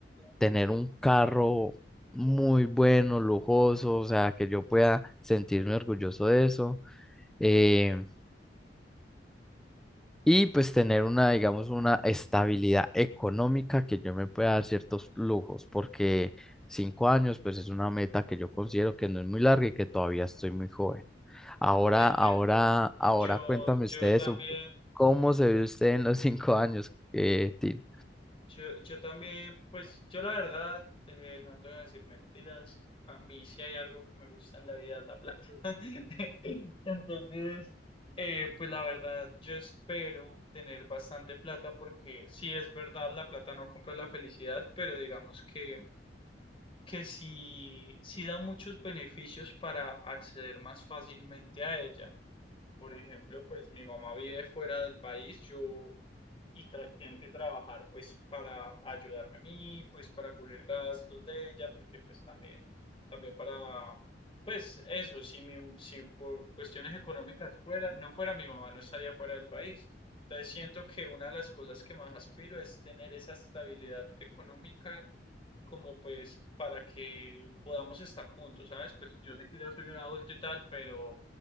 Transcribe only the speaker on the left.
entiendo.
Yo,
yo
también,
yo, yo también, pues yo la verdad, eh, no te voy a decir mentiras, a mí sí hay algo que me gusta en la vida, es la plata. <laughs> Entonces, eh, pues la verdad, yo espero tener bastante plata porque sí es verdad, la plata no compra la felicidad, pero digamos que, que sí, sí da muchos beneficios para acceder más fácilmente a ella. Por ejemplo, pues mi mamá vive fuera del país, yo y tra- tiene que trabajar pues para ayudarme a mí, pues para cubrir gastos de ella, porque pues también, también para, pues eso, si, mi, si por cuestiones económicas fuera, no fuera mi mamá, no estaría fuera del país. Entonces siento que una de las cosas que más aspiro es tener esa estabilidad económica como pues para que podamos estar juntos, ¿sabes? Pues yo sé que ya soy un adulto y tal, pero